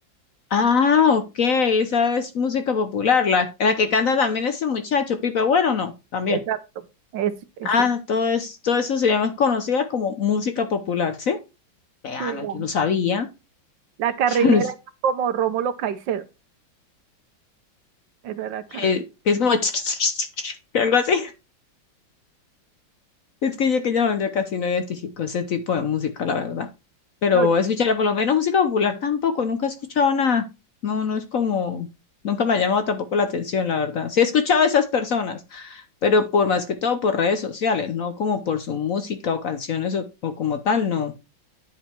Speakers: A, on the left; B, on the right.
A: ah, ok, esa es música popular, la, la que canta también ese muchacho, Pipe Bueno, no, también.
B: exacto. Es, eso
A: Ah,
B: es,
A: todo, es, todo eso se llama, es conocida como música popular, ¿sí? Vea,
B: sí,
A: no,
B: la,
A: yo no sabía.
B: la carrilera
A: <laughs> Yo no, s-
B: era como Rómulo Caicedo, esa era la carrilera.
A: que, que es como <laughs> chiqui, chiqui, chiqui, que algo así. Es que yo que yo, yo casi no identifico ese tipo de música, la verdad. Pero
B: No,
A: escucharla, por lo menos música popular tampoco, nunca he escuchado nada. No, no es como, nunca me ha llamado tampoco la atención, la verdad. Sí he escuchado a esas personas, pero por más que todo por redes sociales, no como por su música o canciones o, o como tal, no.